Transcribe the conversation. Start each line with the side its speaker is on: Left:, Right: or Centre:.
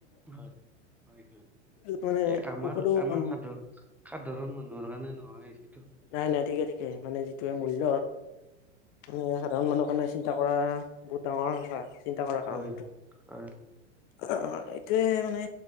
Centre: হয় হয়
Left: যত মানে
Centre: এই আমাৰ
Left: ঔষধো
Centre: আমাৰ
Left: কাম
Centre: সাধাৰণ সাধাৰণ মানুহৰ কাৰণে নহয়। হয়।
Left: নাই নাই ঠিকে ঠিকে, মানে যিটো মূল্য মানে সাধাৰণ মানুহ কাৰণে চিন্তা কৰা বহুত ডাঙৰ কথা চিন্তা কৰাৰ কাৰণ
Centre: হয়
Left: এইটো।
Centre: হয়
Left: আহ এইটোয় মানে